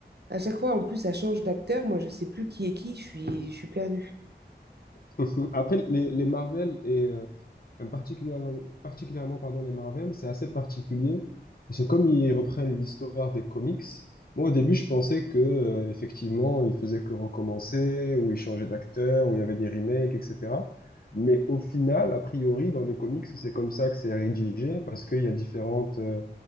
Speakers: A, on the right (about 65°); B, on the left (about 55°).
A: À chaque fois, en plus, ça change d'acteur. Moi, je sais plus qui est qui. Je suis, je suis perdue.
B: <laughs> Après, les, les Marvel et euh, particulièrement, particulièrement pardon, les Marvel, c'est assez particulier. Parce que comme ils reprennent l'histoire des comics, moi au début je pensais que euh, effectivement ils faisaient que recommencer, ou ils changeaient d'acteur, ou il y avait des remakes, etc. Mais au final, a priori, dans les comics, c'est comme ça que c'est rédigé, parce qu'il y a différentes euh,